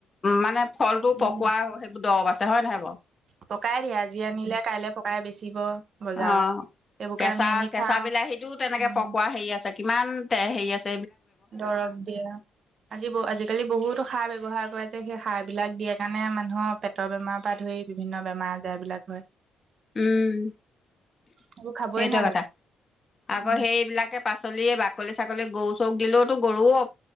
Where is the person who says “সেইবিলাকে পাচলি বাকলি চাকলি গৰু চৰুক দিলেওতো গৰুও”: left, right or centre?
Left